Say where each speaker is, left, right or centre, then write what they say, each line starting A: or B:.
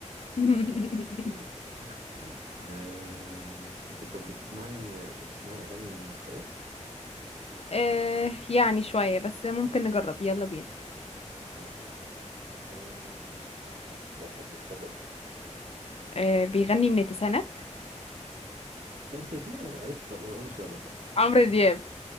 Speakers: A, on the left (about 55°); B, on the right (about 75°).
A: <laughs>
B: <laughs> آه... انت طب بتسمعي بتسمعي اغاني مصرية
A: آه يعني شويه بس ممكن نجرب يلا بينا
B: يلا بينا آه... تك- تك- تك. حط خلاص حط اتفضل اسألي
A: آه بيغني من التسعينات
B: ده انت ليه عرفت طب هو مش ولد بقى
A: عمرو دياب